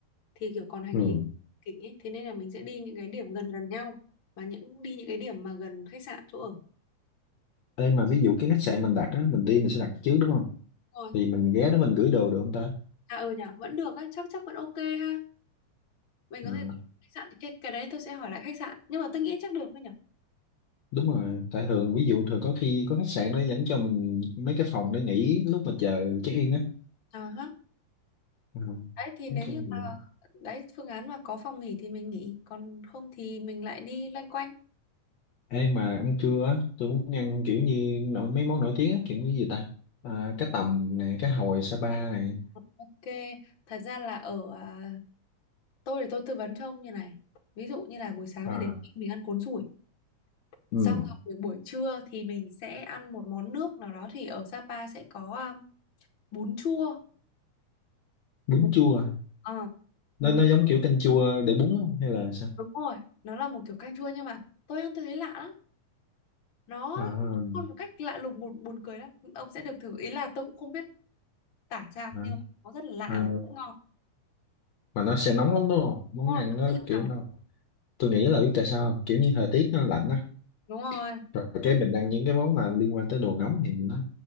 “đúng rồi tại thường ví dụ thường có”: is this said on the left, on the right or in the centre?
Left